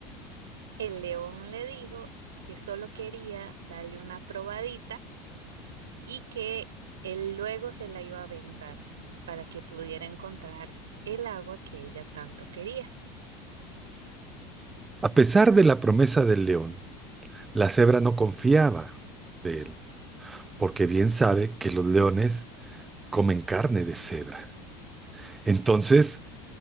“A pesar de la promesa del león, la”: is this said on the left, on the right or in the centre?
Right